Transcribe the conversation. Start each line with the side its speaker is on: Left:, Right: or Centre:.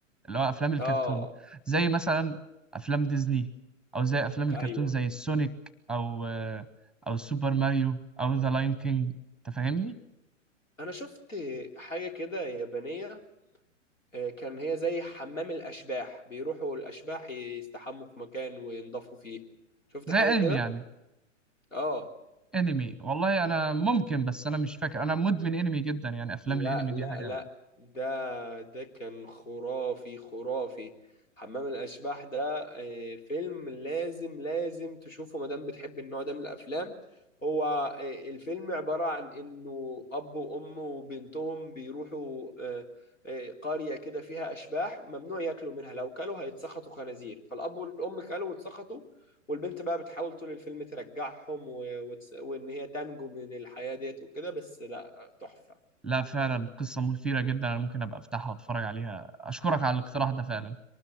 Centre: اللي هو افلام الكرتون
Left: اه
Centre: زي مثلا افلام ديزني او زي افلام الكرتون
Left: ايوه
Centre: زي السونيك او او سوبر ماريو او ذا لاين كينج انت فاهمني
Left: انا شفت حاجة كده يابانية آه، كان هي زي حمام الاشباح بيروحوا الاشباح يستحموا في مكان وينضفوا فيه شفت
Centre: زي
Left: حاجة
Centre: انمي
Left: كده
Centre: يعني
Left: اه
Centre: انمي والله انا ممكن بس انا مش فاكر انا مدمن انمي جدا يعني افلام
Left: لا
Centre: الانمي
Left: لا
Centre: دي حاجه
Left: لا ده ده كان خرافي خرافي حمام الأشباح ده آه، فيلم لازم لازم تشوفه ما دام بتحب النوع ده من الأفلام هو آه، الفيلم عبارة عن إنه أب وأم وبنتهم بيروحوا آه، آه، قرية كده فيها أشباح ممنوع ياكلوا منها لو كلوا هيتسخطوا خنازير فالأب والأم كلوا واتسخطوا والبنت بقى بتحاول طول الفيلم ترجعهم و... وتس... وإن هي تنجو من الحياة ديت وكده بس لا تحفة
Centre: لا فعلا قصة مثيرة جدا أنا ممكن أبقى أفتحها وأتفرج عليها أشكرك على الاقتراح ده فعلا